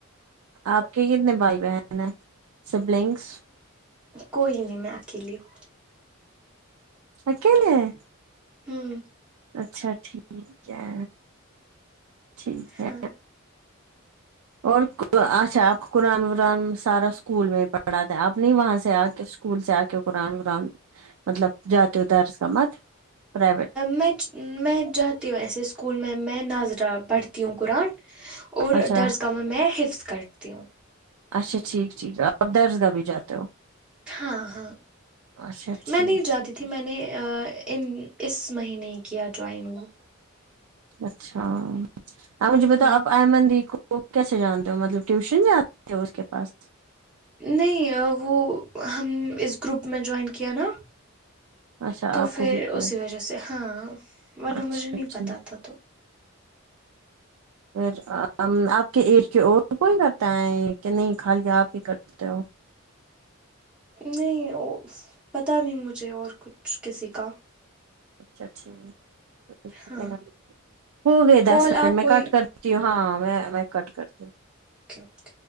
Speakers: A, on the right; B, in the centre.
A: آپ کے کتنے بھائی بہن ہیں سبلنگس
B: کوئی نہیں میں اکیلی ہوں
A: اکلے ہے
B: ہوں
A: اچھا ٹھیک ہے ٹھیک
B: ہاں
A: ہے اور اچھا آپ قرآن ورآن سارا اسکول میں ہی پڑھ پڑھاتاہے آپ نہیں وہاں سے آ کے اسکول سے آ کے قرآن ورآن مطلب جاتے <unintelligible> ادار سبتھ پر
B: میں میں جاتی ہوں ایسے اسکول میں میں ناظرہ پڑھتی ہوں قرآن اور
A: اچھا
B: درسگاہ میں میں حفظ کرتی ہوں
A: اچھا ٹھیک ٹھیک آپ درس گاہ بھی جاتے ہو
B: ہاں ہاں
A: اچھا
B: میں
A: ٹھیک
B: نہیں جاتی
A: ٹھیک
B: ت تھی میں نے ان اس مہینے ہی کیا جوائن وہ
A: اچھا آپ مجھے بتاؤ
B: ہاں
A: آپ آئمن دی کو کیسے جانتے ہو مطلب ٹیوشن جاتے ہو اس کے پاس
B: نہیں وہ ہم اس گروپ میں جوائن کیا نا
A: اچھا
B: تو
A: آپ
B: پھر
A: کو بھی کیا
B: اسی وجہ سے ہاں ورنہ
A: اچھا
B: مجھے نہیں پتہ
A: ٹھیک
B: تھا تو
A: پھر آپ کے ایج کے اور کوئی کرتا ہے کہ نہیں خالی آپ ہی کر تے ہو
B: نہیں پتہ نہیں مجھے اور کچھ کسی کا
A: اچھا ٹھیک ہے
B: ہاں
A: ایک ہو گئے
B: کال
A: دس منٹ
B: آپ
A: میں
B: کوئی
A: کٹ کرتی ہوں ہاں میں میں کٹ کرتی ہوں
B: اک